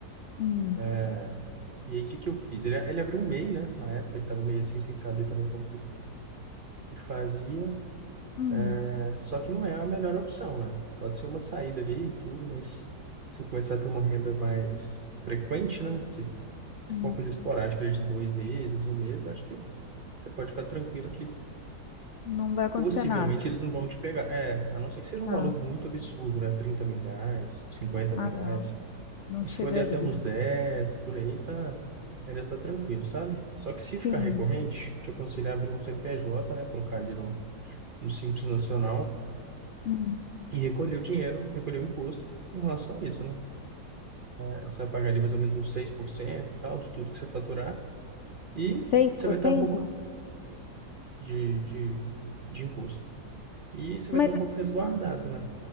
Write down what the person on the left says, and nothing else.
Hum,
hum,
hum.
Não vai acontecer
nada.
Tá.
Ah, não,
não
chegaria.
Sim.
Hum.
seis
por
cento.
Mas